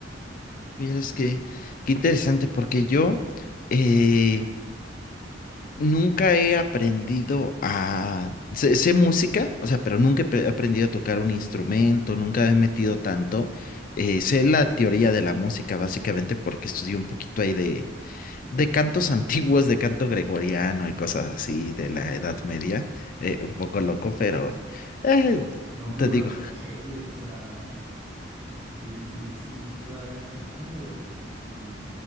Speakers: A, on the left; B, on the right.
A: Vieras que, qué interesante, porque yo eh, nunca he aprendido a... Sé, sé música, o sea, pero nunca he pe- aprendido a tocar un instrumento, nunca me he metido tanto. Eh, sé la teoría de la música, básicamente, porque estudié un poquito ahí de, de cantos <laughs> antiguos, de canto gregoriano y cosas así de la Edad Media.
B: Y
A: eh, un poco loco, pero eh,
B: no, pero
A: te digo
B: la verdad, chévere, o sea, ¿y, si- y, si- y si se la a cantar o no?